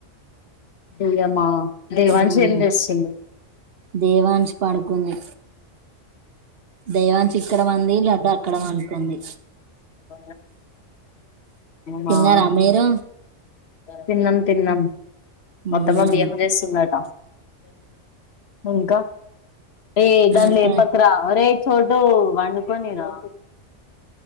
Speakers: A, on the left; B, on the right.
A: ఇయమ్మా దేవాన్షి
B: మ్
A: ఏం చేస్తుంది
B: దేవన్ష్ పడుకుంది. దేవాన్ష్ ఇక్కడ పంది లడ్డు అక్కడ వండుకుంది.
A: ఆ హా
B: తిన్నారా మీరు
A: తిన్నం తిన్నం.
B: ఉమ్,
A: మా అత్తమ్మ బియ్యం చేస్తుందట ఇంకా ఏ దాన్
B: ఇంకా
A: లేపకురా ఒరేయ్ చోటు వండుకొనిరా